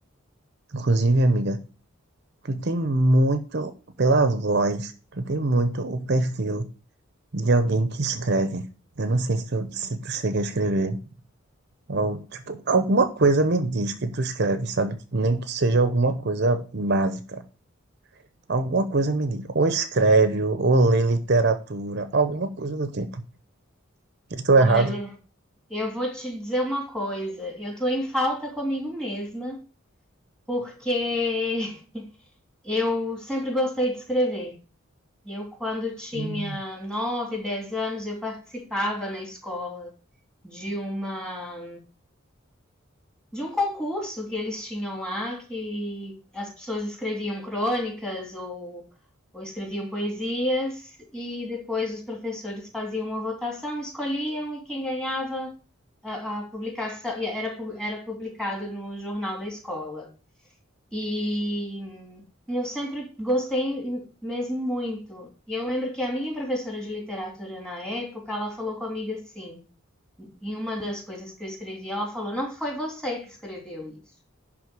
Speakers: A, on the right; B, in the centre.
A: inclusive, amiga, tu tem muito, pela voz, tu tem muito o perfil de alguém que escreve. Eu não sei se tu, se tu chega a escrever. Al- Tipo, alguma coisa me diz que tu escreve, sabe? Que Nem que seja alguma coisa básica. Alguma coisa me diz. Ou escreve, ou lê literatura, alguma coisa do tipo. Estou
B: Olha,
A: errado?
B: eu vou te dizer uma coisa, eu tô em falta comigo mesma, porque <laughs> eu sempre gostei de escrever. Eu, quando tinha
A: Hum.
B: 9 10 anos, eu participava na escola de uma de um concurso que eles tinham lá, que as pessoas escreviam crônicas ou, ou escreviam poesias, e depois os professores faziam uma votação, escolhiam, e quem ganhava a, a publicação era, era publicado no jornal da escola. E eu sempre gostei mesmo muito. E eu lembro que a minha professora de literatura na época, ela falou comigo assim, em uma das coisas que eu escrevi, ela falou: "Não foi você que escreveu isso".